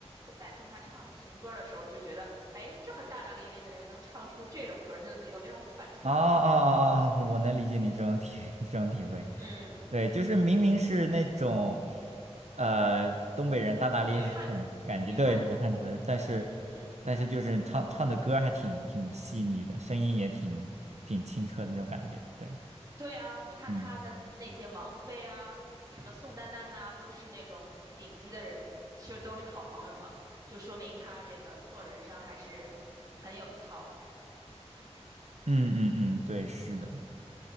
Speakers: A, on the right; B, on the right.
A: 在听他唱情歌的时候，就觉得哎，这么大大咧咧的人能唱出这种歌就是有那种反差萌的感觉。
B: 啊啊啊啊！啊 <laughs> 我能理解你这种体 <laughs> 这种体会，
A: 嗯，
B: 对，就是明明是那种，呃，东北人大大咧咧的感感觉，
A: 女汉子，女汉子。
B: 对，女汉子，但是
A: 嗯嗯，
B: 但是就是唱唱的歌儿还挺挺细腻的，声音也挺挺清澈的那种感觉，对，
A: 对啊，你看她跟那些王菲啊，
B: 嗯
A: 什么宋丹丹呐、都是那种顶级的人，其实都是好朋友嘛，就说明她这个做人上还是很有一套的。
B: 嗯嗯嗯，对，是的，